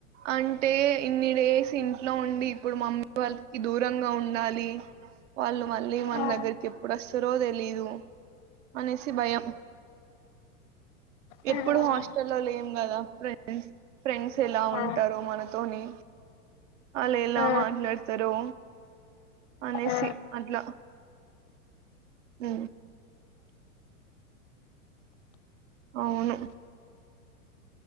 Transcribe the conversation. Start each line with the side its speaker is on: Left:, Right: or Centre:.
Right: అంటే ఇన్ని డేస్ ఇంట్లో ఉండి ఇప్పుడు మమ్మీ వాళ్ళకి దూరంగా ఉండాలి వాళ్ళు మళ్ళీ మన
Left: ఆ
Right: దగ్గరికి ఎప్పుడు వస్తారో తెలీదు అనేసి భయం
Left: ఆ
Right: ఎప్పుడు హస్ ఇలలు లేం కదా ఫ్రెండ్ ఫ్రెండ్స్ ఎలా
Left: ఆ
Right: ఉంటారో మనతోని వాళ్ళు ఎలా
Left: ఆ
Right: మాట్లాడతారో అనేసి
Left: ఆ
Right: అట్లా ఉ అవును